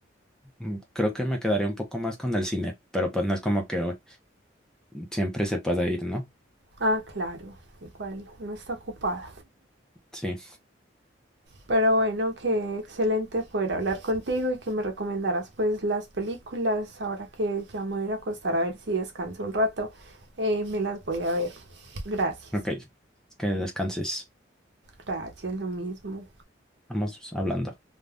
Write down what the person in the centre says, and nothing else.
mm, creo que me quedaría un poco más con el cine, pero pues no es como que eh, siempre se pueda ir, ¿no?
Sí,
ok, que descanses.
Vamos hablando.